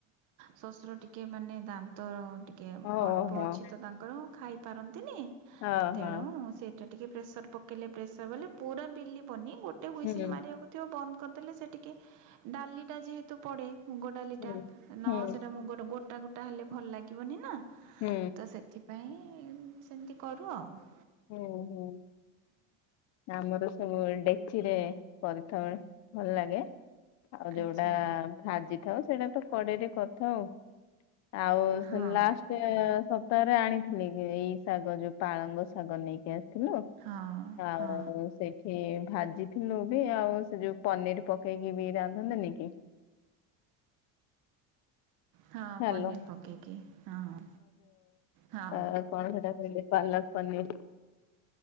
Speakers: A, on the right; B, on the left.
A: ଶଶୁର ଟିକେ ମାନେ ଦାନ୍ତ ଟିକେ। କେ
B: ଓହୋ
A: ଅଳ୍ପ
B: ହଁ
A: ଅଛି ତ ତାଙ୍କର ଖାଇପାରନ୍ତିନି
B: ହଁ
A: ତେଣୁ ସେ ସେଟା ଟିକେ ପ୍ରେସର ପକେଇଲେ ପ୍ରେସର ବଲେ ପୁରା ବିଲ ପନି ଗୋଟେ ହୁଇସିଲି
B: ହୁଁ
A: ମାରିବାକୁ ବନ୍ଦ କରିଦେଲେ ସେ ଟିକେ ଡାଲି ଟା ଯେହେତୁ ପଡେ ମୁଗ ଡାଲିଟା
B: ହୁଁ
A: ନ
B: ହୁଁ।
A: ସେଟା ମୁ ଗୋଟା ଗୋଟା ହେଲେ ଭଲ ଲାଗିବନି ନା
B: ହୁଁ
A: ତ ସେଥିପାଇଁ ସେମିତି କରୁ ଆଉ
B: ହୁଁ ହୁଁ। ଆମର ସବୁ ଡେକ୍ ଚିରେ କରିଥାଉ ଭଲ ଲାଗେ। ଆଉ ଯୋଉଟା
A: ଆଚ୍ଛା
B: ଭାଜି ଥାଉ ସେଇଟା ତ କଡେଇରେ କରିଥାଉ ଆଉ। ଆଉ ସେ
A: ହଁ
B: ଲାଷ୍ଟ ସପ୍ତାହରେ ଆଣିଥିଲି ଏଇ ଶାଗ ଯୋଉ ପାଳଙ୍ଗ ଶାଗ। ଶାଗ ନେଇକି ଆସିଥିଲି।
A: ହଁ।
B: ଆଉ
A: ହଁ
B: ସେଇଠି ଭାଜିଥିଲୁ ବି ଆଉ ସେ ଯୋଉ ପନିର ପକେଇକି ବି ରାନ୍ଧନ୍ତନି କି।
A: ହଁ
B: ହ୍ୟାଲୋ
A: ପନିର ପକେଇକି ହଁ ହଁ।
B: ଆ କଣ ସେଇଟା କହିଲେ ପାଲକ ପନିର।